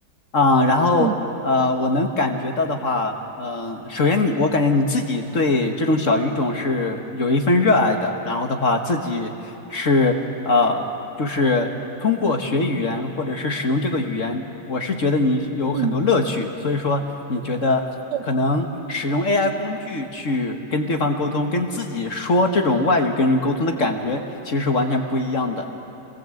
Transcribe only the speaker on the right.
嗯
嗯，
是